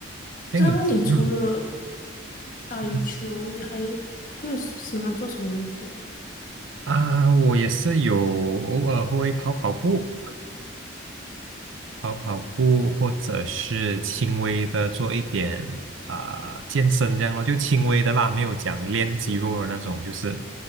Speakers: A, on the right; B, on the left.
A: 像你，
B: 这样你除了
A: 嗯
B: 打羽球，
A: 嗯
B: 你还还有喜欢做什么运动？
A: 啊，我也是有偶尔会跑跑步，跑跑步，或者是轻微的做一点啊、健身这样咯，就轻微的啦，没有讲练肌肉的那种，就是